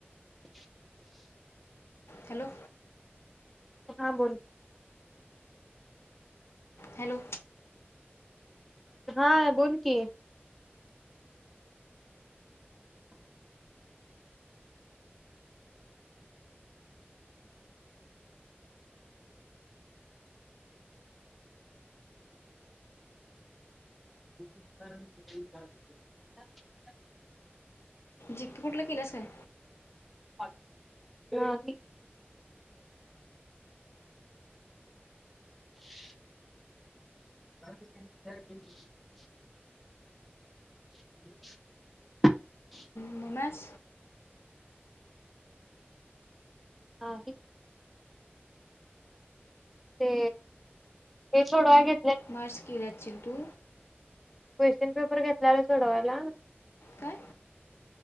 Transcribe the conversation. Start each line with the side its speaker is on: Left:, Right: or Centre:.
Centre: <inaudible>
Left: हॅलो!
Centre: हां बोल
Left: हॅलो
Centre: हा बोल कि <inaudible>
Left: जिकपुटला किल्यास काय?
Centre: ह <inaudible> <inaudible> <inaudible> <inaudible>
Left: नमाज
Centre: हा <inaudible> ते, हे सोडवाय गे
Left: <inaudible> सिद्धू!
Centre: क्वेशन पेपर घेतल्याला सोडवायला....
Left: काय